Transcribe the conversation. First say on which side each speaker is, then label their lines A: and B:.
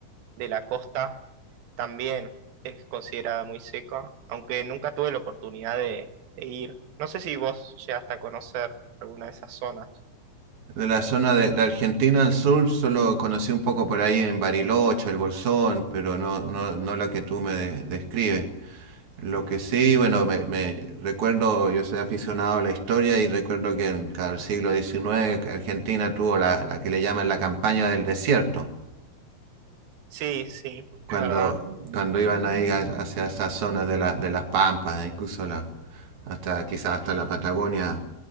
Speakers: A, on the right; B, on the right.
A: de la costa, también es considerada muy seca, aunque nunca tuve la oportunidad de, de ir. No sé si vos llegaste a conocer alguna de esas zonas.
B: De la zona de, de Argentina al sur solo conocí un poco por ahí en Bariloche, el Bolsón, pero no, no, no la que tú me de- describes. Lo que sí, bueno, me, me recuerdo, yo soy aficionado a la historia y recuerdo que en ca- el siglo XIX que Argentina tuvo la, la que le llaman la campaña del desierto,
A: Sí, sí,
B: cuando,
A: es verdad.
B: cuando iban ahí a- hacia esas zonas de, la, de las Pampas, incluso la, hasta quizás hasta la Patagonia,